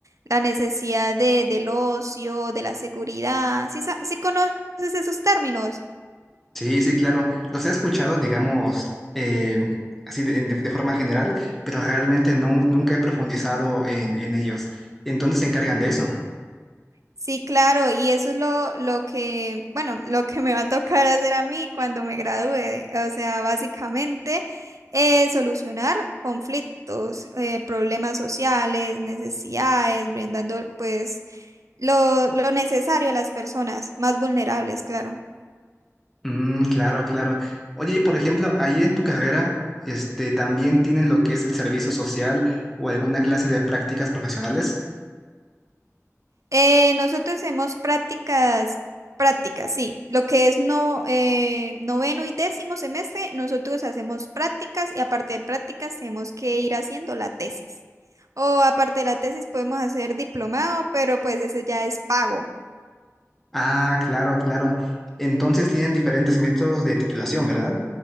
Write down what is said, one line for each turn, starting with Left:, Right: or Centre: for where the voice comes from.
Right: la necesidad de, del ocio, de la seguridad. ¿Sí, sa- sí conoces esos términos?
Centre: Sí, sí, claro. Los he escuchado, digamos, eh, así de, en- de- de forma general, pero realmente no, nunca he profundizado en, en ellos. Entonces se encargan de eso.
Right: Sí, claro, y eso es lo, lo que, bueno, lo que me va a tocar hacer a mí cuando me gradúe. O sea, básicamente eh, solucionar conflictos, eh, problemas sociales, necesidades, brindando pues lo, lo necesario a las personas más vulnerables, claro.
Centre: Mm, claro, claro. Oye, y por ejemplo, ahí en tu carrera, este, ¿también tienen lo que es el servicio social o alguna clase de prácticas profesionales?
Right: Eh, nosotros hacemos prácticas, prácticas, sí. Lo que es no, eh, noveno y décimo semestre, nosotros hacemos prácticas y aparte de prácticas tenemos que ir haciendo la tesis. O aparte de la tesis podemos hacer diplomado, pero pues ese ya es pago.
Centre: Ah, claro, claro. Entonces tienen diferentes métodos de titulación, ¿verdad?